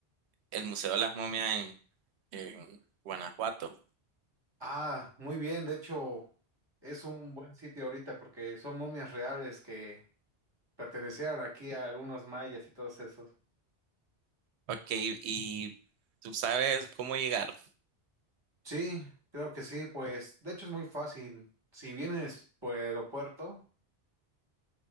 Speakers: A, on the right; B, on the right.
A: el Museo de las Momias en, en Guanajuato.
B: Ah, muy bien. De hecho, es un buen sitio ahorita porque son momias reales que pertenecieron aquí a algunos mayas y todos esos.
A: Ok, y tú sabes cómo llegar.
B: Sí, creo que sí. Pues de hecho es muy fácil. Si vienes por el aeropuerto.